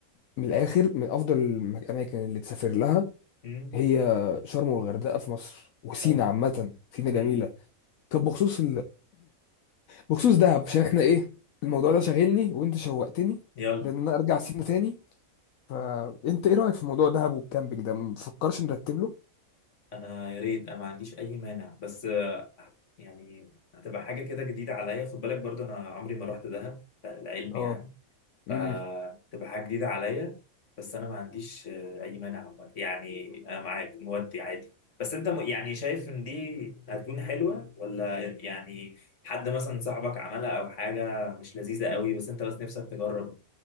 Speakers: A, on the left; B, on the left.
A: من الاخر من افضل الاماكن اللي تسافر لها
B: امم
A: هي شرم والغردقه في مصر وسينا
B: طبعا
A: عامه سينا جميله
B: امم
A: طب بخصوص بخصوص دهب عشان احنا ايه الموضوع ده شاغلني وانت شوقتني
B: يلا
A: لان انا ارجع سينا تاني فانت ايه رايك في موضوع دهب والكامبينج ده مفكرش نرتب له
B: انا يا ريت انا ما عنديش اي مانع بس آه، هت- يعني هتبقى حاجه كده جديده عليا خد بالك برضو انا عمري ما رحت دهب للعلم
A: اه
B: يعني فتبقى
A: امم
B: حاجه جديده عليا بس انا ما عنديش آه، اي مانع عامة. يعني انا معاك مودي عادي بس انت م- يعني شايف ان دي هتكون حلوه ولا يعني حد مثلا صاحبك عملها او حاجه مش لذيذه قوي بس انت بس نفسك تجرب